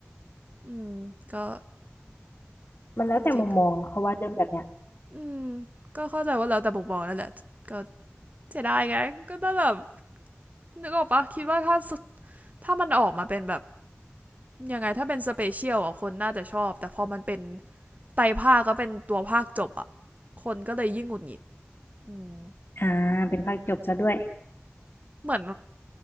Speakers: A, on the right (about 35°); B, on the left (about 60°).
A: อืมก็
B: มันแล้วแต่มุมมองเขาว่าเรื่องแบบเนี้ย
A: จริงๆก็อืมก็เข้าใจว่าแล้วแต่บุกบอนั่นแหละก็เสียดายไงก็ต้องแบบนึกออกปะคิดว่าถ้าถ้ามันออกมาเป็นแบบยังไงถ้าเป็นสเปเชียลอ่ะคนน่าจะชอบแต่พอมันเป็นไตรภาคก็เป็นตัวภาคจบอ่ะคนก็เลยยิ่งหงุดหงิดอืม
B: อ่าเป็นภาคจบซะด้วย
A: เหมือน